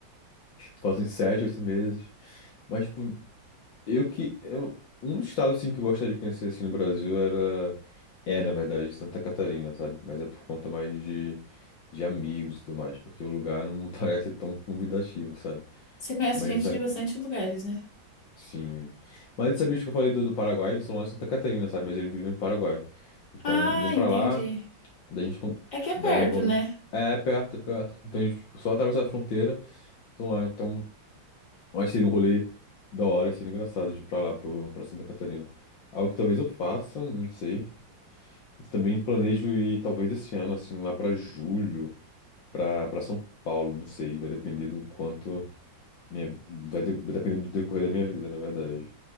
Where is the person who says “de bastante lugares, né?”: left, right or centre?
Left